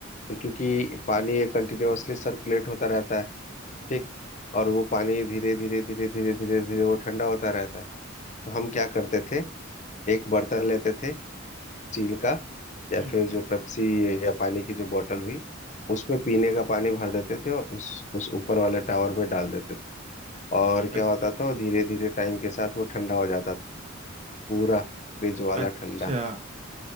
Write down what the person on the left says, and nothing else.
तो क्योंकि पानी ये कंटिन्यूअसली सर्कुलेट होता रहता है ठीक और वो पानी धीरे धीरे धीरे धीरे धीरे धीरे वो ठंडा होता रहता है तो हम क्या करते थे एक बर्तन लेते थे स्टील का या
फिर जो पेप्सी या पानी की जो बोतल हुई उसमें पीने का पानी भर देते थे और उस उस ऊपर वाले टावर में डाल देते थे और
क्या होता था वो धीरे धीरे टाइम के साथ वो ठंडा हो जाता था पूरा फ्रिज वाला
ठंडा <laughs>